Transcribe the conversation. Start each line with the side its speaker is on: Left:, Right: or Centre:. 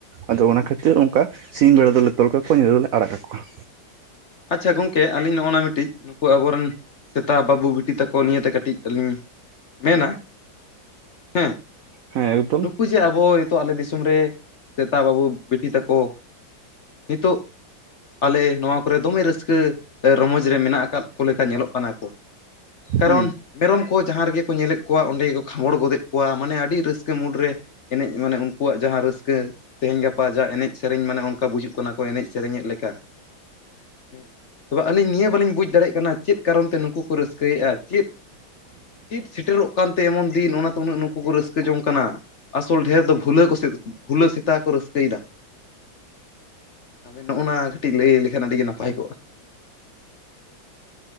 Right: ᱟᱫᱚ ᱚᱱᱟ ᱠᱷᱟᱹᱛᱤᱨ ᱚᱝᱠᱟ ᱥᱤᱧ ᱵᱮᱲᱟ ᱫᱚᱞᱮ ᱛᱚᱞ ᱠᱟᱠᱚᱣᱟ ᱧᱤᱫᱟᱹ ᱫᱚᱞᱮ ᱟᱲᱟᱜ ᱠᱟᱠᱚᱣᱟ᱾
Left: ᱟᱪᱪᱷᱟ ᱜᱚᱝᱠᱮ ᱟᱹᱞᱤᱧ ᱱᱚᱜᱼᱚᱱᱟ ᱢᱤᱴᱤᱡ ᱱᱩᱠᱩ ᱟᱵᱚᱨᱮᱱ ᱥᱮᱛᱟ ᱵᱟᱹᱵᱩ ᱵᱤᱴᱤ ᱛᱟᱠᱚ ᱱᱤᱭᱟᱹᱛᱮ ᱠᱟᱹᱴᱤᱡ ᱟᱹᱞᱤᱧ ᱢᱮᱱᱟ ᱦᱮᱸ
Right: ᱦᱮᱸ ᱮᱠᱫᱚᱢ
Left: ᱱᱩᱠᱩ ᱡᱮ ᱟᱵᱚ ᱱᱤᱛᱚᱜ ᱟᱞᱮ ᱫᱤᱥᱚᱢ ᱨᱮ ᱥᱮᱛᱟ ᱵᱟᱹᱵᱩ ᱵᱤᱴᱤ ᱛᱟᱠᱚ ᱱᱤᱛᱚᱜ ᱟᱞᱮ ᱱᱚᱣᱟ ᱠᱚᱨᱮ ᱫᱚᱢᱮ ᱨᱟᱹᱥᱠᱟᱹ ᱨᱚᱢᱚᱡᱽ ᱨᱮ ᱢᱮᱱᱟᱜ ᱟᱠᱹᱟᱫ ᱠᱚ ᱞᱮᱠᱟ ᱧᱮᱞᱚᱜ ᱠᱟᱱᱟ ᱠᱚ ᱠᱟᱨᱚᱱ
Right: ᱦᱩᱸ
Left: ᱢᱮᱨᱚᱢ ᱠᱚ ᱡᱟᱦᱟᱸ ᱨᱮᱜᱮ ᱠᱚ ᱧᱮᱞᱮᱫ ᱠᱚᱣᱟ ᱚᱸᱰᱮ ᱜᱮᱠᱚ ᱠᱷᱟᱸᱜᱳᱲ ᱜᱚᱫᱮᱜ ᱠᱚᱣᱟ ᱢᱟᱱᱮ ᱟᱹᱰᱤ ᱨᱟᱹᱥᱠᱟᱹ ᱢᱩᱰ ᱨᱮ ᱮᱱᱮᱡ ᱢᱟᱱᱮ ᱩᱱᱠᱩᱣᱟᱜ ᱡᱟᱦᱟᱸ ᱨᱟᱹᱥᱠᱟᱹ ᱛᱮᱦᱮᱧ ᱜᱟᱯᱟ ᱡᱟ ᱮᱱᱮᱡ ᱥᱮᱨᱮᱧ ᱢᱟᱱᱮ ᱚᱱᱠᱟ ᱵᱩᱡᱩᱜ ᱠᱟᱱᱟ ᱠᱚ ᱮᱱᱮᱡ ᱥᱮᱨᱮᱧᱮᱫ ᱞᱮᱠᱟ᱾ ᱦᱮᱸ ᱛᱚᱵ ᱟᱹᱞᱤᱧ ᱱᱤᱭᱟᱹ ᱵᱟᱟᱹᱞᱤᱧ ᱵᱩᱡ ᱫᱟᱲᱮᱭᱟᱜ ᱠᱟᱱᱟ ᱪᱮᱫ ᱠᱟᱨᱚᱱ ᱛᱮ ᱱᱩᱠᱩ ᱠᱚ ᱨᱟᱹᱥᱠᱟᱹᱭᱮᱜᱼᱟ ᱪᱮᱫ? ᱪᱮᱫ ᱥᱮᱴᱮᱨᱚᱜ ᱠᱟᱱᱛᱮ ᱮᱢᱚᱱ ᱫᱤᱱ ᱚᱱᱟᱛᱮ ᱩᱱᱟᱹᱜ ᱱᱩᱠᱩ ᱠᱚ ᱨᱟᱹᱥᱠᱟᱹ ᱡᱚᱝ ᱠᱟᱱᱟ? ᱟᱥᱚᱞ ᱰᱷᱮᱨ ᱫᱚ ᱵᱷᱩᱞᱟᱹ ᱠᱚ ᱵᱷᱩᱞᱟᱹ ᱥᱮᱛᱟ ᱠᱚ ᱨᱟᱹᱥᱠᱟᱹᱭᱮᱫᱟ᱾ ᱲᱵᱮᱱ ᱱᱚᱜᱼᱚᱱᱟ ᱠᱟᱹᱴᱤᱡ ᱞᱟᱹᱭ ᱞᱮᱠᱷᱟᱱ ᱟᱹᱰᱤᱜᱮ ᱱᱟᱯᱟᱭ ᱠᱚᱜᱼᱟ᱾